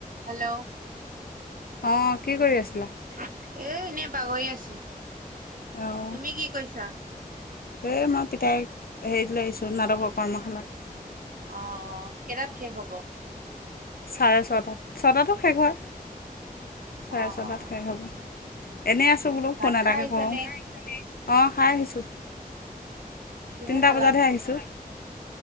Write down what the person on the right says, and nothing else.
Hello.
এ, এনে বাগৰি আছো।
তুমি কি কৈছা?
অ', অ' কেইটাত শেষ হব?
অ
অ
ভাত
খাই আহিছ
নে
কিহে
খালা
ভাত